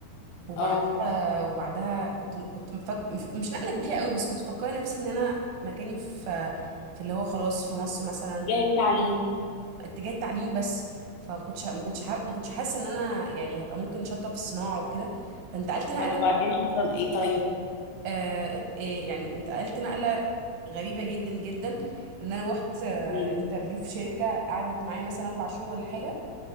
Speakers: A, on the right; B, on the left.
A: وبعدها
B: اه
A: وبعدها كنت كنت مفك... مف- مش نقله كبيره قوي بس كنت مفكره نفسي ان انا مكاني في في اللي هو خلاص في مصر مثلا
B: جاية تعليم
A: اتجاه التعليم بس فما كنتش ما كنتش حاب- ما كنتش حاسه ان انا يعني هبقى ممكن شاطره في الصناعه وكده فانتقلت نقله
B: طب وبعدين حصل ايه طيب
A: آه آه، يعني انتقلت نقله غريبه جدا جدا ان انا روحت آه
B: مم.
A: انترفيو في شركه قعدت معايا مثلا اربع شهور ولا حاجه